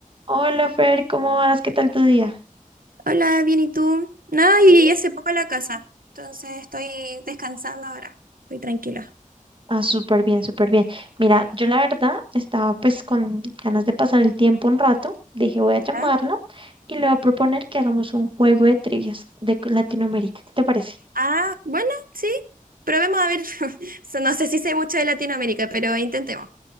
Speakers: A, on the right; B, on the right.
A: Hola Fer, ¿cómo vas? ¿Qué tal tu día?
B: Hola, bien, ¿y tú? Nada, yo
A: Bien.
B: llegué hace poco a la casa, entonces estoy descansando ahora. Estoy tranquila.
A: Ah, súper bien, súper bien. Mira, yo la verdad estaba pues con ganas de pasar el tiempo un rato. Dije, voy a
B: ¿Ya?
A: llamarlo y le voy a proponer que hagamos un juego de trivias de cu- Latinoamérica. ¿Qué te parece?
B: Ah, bueno, sí. Probemos a ver. <laughs> So, No sé si sé mucho de Latinoamérica, pero intentemos.